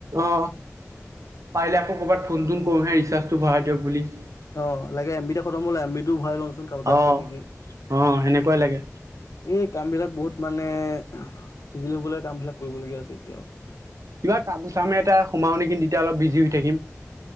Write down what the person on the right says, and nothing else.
অ' পাৰিলে আকৌ কৰবাত ফোন তোন কৰোহে ৰিচাৰ্জটো ভৰাই দিয়ক বুলি।
অ'।
অ' সেনেকুৱাই লাগে
কিবা কাম চামে এটা সোমাও নেকি তেতিয়া অলপ বিজি হৈ থাকিম।